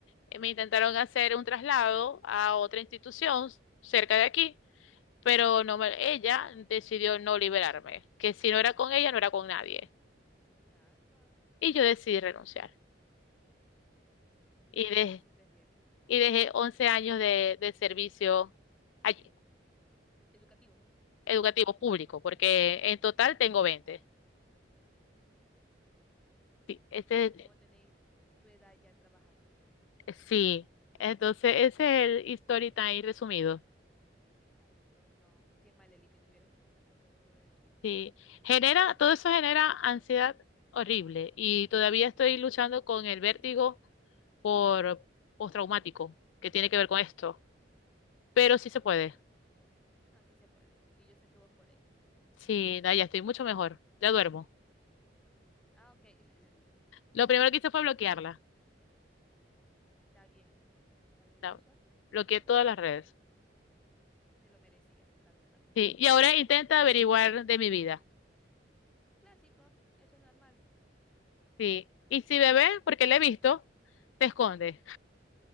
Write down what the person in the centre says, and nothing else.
Mi alma.
Está
bien,
hiciste bien.
Educativo.
Mm.
Sí, es que vos a tu edad ya trabajandito.
Ay, Dios, no. Qué mal, Eli, que tuvieras que pasar por de todo eso.
Mm,
claro. No, sí se puede. Y yo sé que vos podéis.
Ah, ok. <laughs>
Está bien. Está bien
eso.
Se lo merecía, la verdad.
Clásico. Eso es normal.
Ujú.